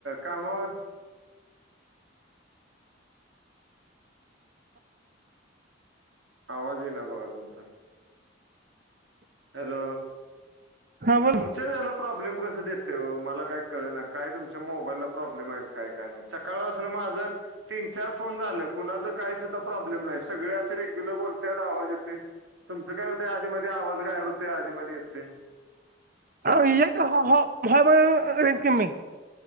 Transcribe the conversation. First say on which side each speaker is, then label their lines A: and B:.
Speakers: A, on the right; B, on the right.
A: कामावर आवाज इ ना बघा तुमचा हॅलो,
B: हा बोल
A: तुमच्याच हेला प्रॉब्लेम कस देतय? ओ मला काय कळ ना, काय तुमच्या मोबाईलला प्रॉब्लेम आहे काय? काय माहित. सकाळपासून माझ तीन, चार फोन झाल कुणाच काय सुद्धा प्रॉब्लेम नाही? सगळे असे रेग्युलर बोलत्यात आवाज येतोय. तुमचं काय होतय आधीमध्ये आवाज गायब होतय आधी मध्ये येतय?
B: आव ए काय हॉ हॉल मध्ये रेंज कमी